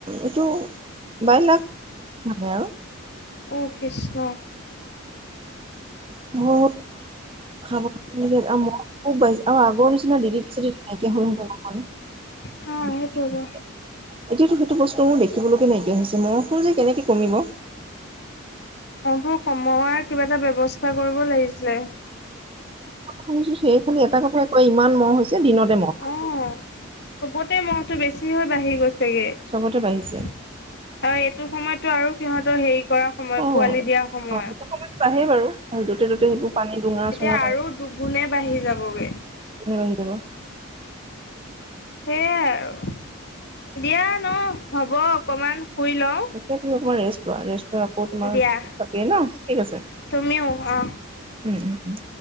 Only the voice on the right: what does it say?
এইটো বাই লাখ ভালে আৰু।
বহুত খাব ম খ বাই আৰু আগৰ নিচিনা দিলিত -চিলিত নাইকিয়া হ'লতে মানে
এতিয়াতো সেইটো বস্তু মোৰ দেখিবলৈকে নাইকিয়া হৈছে মহটো যে কেনেকে কমিব?
শুছো সেই খালি এটা কথাই কয় ইমান মহ হৈছে দিনতে মহ
চবতে বাঢ়িছে
অ
অ সেইটো সময়ত বাঢ়ে বাৰু আৰু য'তে ত'তে
সেইবোৰ পানী ডুঙা চুঙা
আহি দাব <unintelligible>
ইতিয়া তুমি অকমান ৰেষ্ট লোৱা ৰেষ্ট'লৈ আকৌ তোমাৰ
থাকেই ন থিক আছে।
উম উম উম।